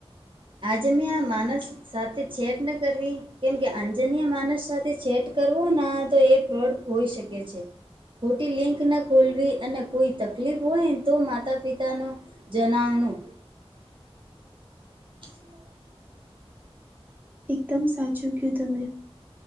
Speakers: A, on the right; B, on the right.
A: આજે મેં આ માનસ સાથે છેડ ન કરવી કેમ કે આંજન્ય માણસ સાથે છેડ કરવો ના તો એ ફ્રોડ હોઈ શકે છે. ખોટી લિંક ના ખોલવી અને કોઈ તકલીફ હોય તો માતા પિતાનો જણાવાનું <inaudible>
B: એકદમ સાચું કયું તમે